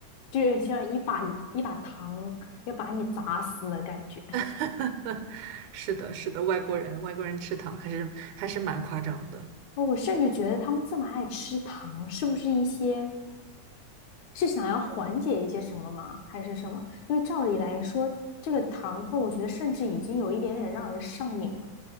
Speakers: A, on the left (about 75°); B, on the right (about 80°).
A: 就是像一把一把糖要把你砸死的感觉。
B: <laughs> 是的，是的，外国人，外国人吃糖还是还是蛮夸张的，
A: 哦我甚至觉得他们这么爱吃糖，是不是一些是想要缓解一些什么吗？还是什么？因为照理来说，这个糖分，我觉得甚至已经有一点点让人上瘾了。